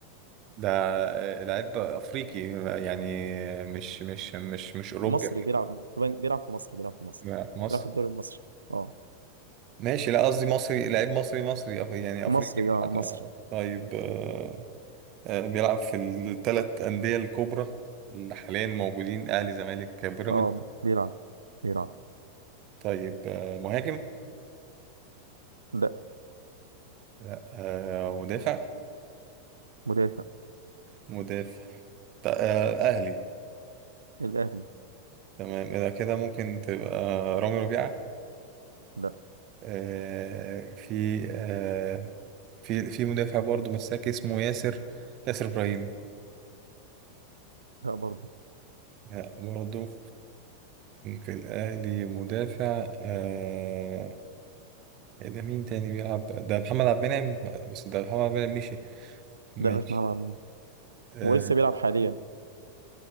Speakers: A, on the right; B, on the right.
A: ده آه، لعيب افريقي يعني مش مش مش مش اوروبي
B: مصري بيلعب بيلعب في مصر بيلعب في مصر
A: يعني في مصر
B: بيلعب في الدوري المصري اه
A: ماشي لا قصدي مصري لعيب مصري مصري أف- يعني
B: مصري
A: افريقي مش
B: اه
A: عارف.
B: مصري
A: آه، طيب آه، آه، بيلعب في الثلاث انديه الكبرى اللي حاليا موجودين اهلي زمالك بيراميدز
B: اه بيلعب بيلعب
A: طيب آه، مهاجم
B: لا
A: لا آه، مدافع
B: مدافع
A: مدافع ط- آه، اهلي
B: الاهلي
A: تمام اذا كده ممكن تبقى رامي ربيعه
B: لا
A: آه، في آه، في في مدافع برضه مساك اسمه ياسر ياسر إبراهيم
B: لا برضه
A: لا برضه في الأهلي مدافع آه ده مين تاني بيلعب ده محمد عبد المنعم آه، بس ده محمد عبد المنعم مشي ماشي
B: لا مش محمد عبد المنعم
A: آه
B: هو لسه بيلعب حاليا